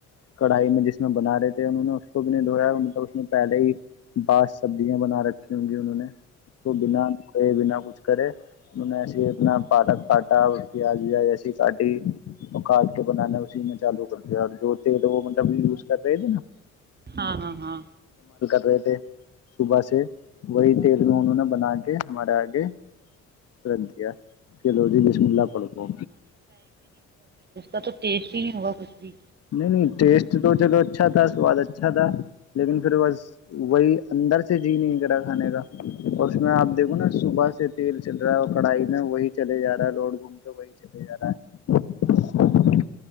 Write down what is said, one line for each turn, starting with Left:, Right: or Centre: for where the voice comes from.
Left: کڑھائی میں جس میں بنا رہے تھے انہوں نے اس کو بھی نہیں دھویا مطلب اس میں پہلے ہی بس سبزیاں بنا رکھی ہوں گی انہوں نے اس کو بناے بنا کچھ کرے انہوں نے ایے اپنا پٹ پاٹا پیاز ویاز ایسی کاٹی اور کاٹ کے بنانا اسی میں چالو کر دیا اور جو تیل ہے وہ مطلب یوز کر رہی تھی نا
Right: ہاں ہاں ہاں
Left: ا تھ صبح سے وہی تیل کو انہوں نے بنا کے ہمارے آگے رکھ دیا چلو ج بسم اللہ پڑتا
Right: ا تو ٹیسٹ ہی نہیں ہوگا کچھ بھی
Left: نہیں نہیں ٹیسٹ تو چلو اچھا تھا سواد اچھا تھا لیکن پھر بس کو اندر سے جی نہیں کرا کھانے کا اس میں آپ دیکھو نا صبح سے تیل چل رہا ہے اور کڑھائی میں وہی چلے جا رہا ہے لوڈ گھوم کے وہی چلے جا رہا ہے